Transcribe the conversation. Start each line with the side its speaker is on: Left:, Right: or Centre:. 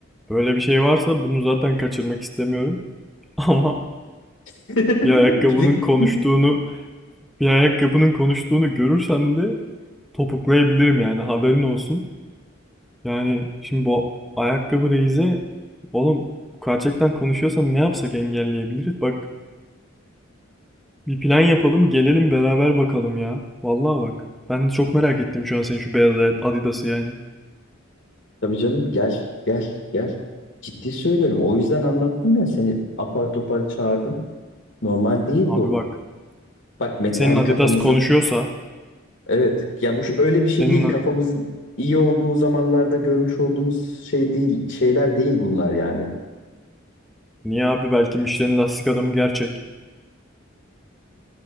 Centre: böyle bir şey varsa bunu zaten kaçırmak istemiyorum. <laughs> Ama
Left: <laughs>
Centre: bir ayakkabının
Left: Bilik.
Centre: konuştuğunu, bir ayakkabının konuştuğunu görürsem de topuklayabilirim yani haberin olsun. Yani şimdi bu ayakkabı reize oğlum gerçekten konuşuyorsan ne yapsak engelleyebiliriz? Bak bir plan yapalım gelelim beraber bakalım ya. Vallahi bak ben de çok merak ettim şu an senin şu beyaz ayet- Adidas'ı yani.
Left: Tabii canım gel gel gel. Ciddi söylüyorum. O yüzden anlattım ya seni apar topar çağırdım. Normal değil
Centre: Abi
Left: bu.
Centre: bak
Left: Bak Mete
Centre: senin
Left: hani
Centre: Adidas
Left: kafamızın
Centre: konuşuyorsa
Left: Evet. Ya bu şu- öyle bir şey
Centre: senin
Left: değil. Kafamızın iyi olduğu zamanlarda görmüş olduğumuz şey değil, şeyler değil bunlar yani.
Centre: niye abi belki Michelin lastik adamı gerçek.